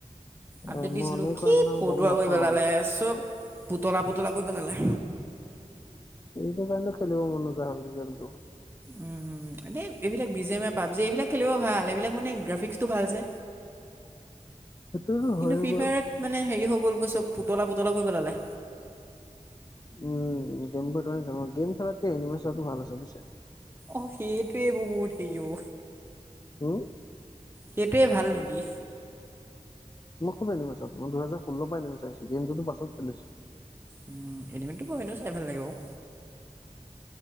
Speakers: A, on the right (about 15°); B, on the left (about 30°).
A: আপডেট
B: অ
A: দিছিলো
B: মই অনেই
A: কি
B: কৰা নহয়
A: ফটোৱা
B: গম নাপাও
A: কৰি পেলালে চব। তলা-পুতলা কৰিব পেলালে।
B: সেইটো কাৰণে খেলিব মন নোযোৱা হল কি গেম তো।
A: উম, উম, এনেই এইবিলাক বিজেমা পাবজি এইবিলাক খেলিব ভাল। এইবিলাক মানে গ্ৰাফিক্সটো ভালছে।
B: সেইটোতো
A: কিন্তু
B: হয়ে
A: ফ্ৰী
B: বাৰু
A: ফায়াৰত মানে হেৰি হৈ গ'লগৈ, চব পুতলা-পুতলা কৰি পেলালে।
B: উ। উম, গেমবোৰ ত গেম-খেলাতকে এনিমেল চোৱাটো ভাল আছে বুজিছে।
A: অ' সেইটোৱে বহুত হেৰি অ।
B: হম।
A: সেইটোৱে ভাল নেকি?
B: মই খুবনিমা মইহেজ ষোল্ল পৰা এ নিমাচ আহছো গেমতো পছত খেলিছো।
A: উম, এনিমিতো বাওঁ এনেও চাই ভাল লাগে বাওঁ।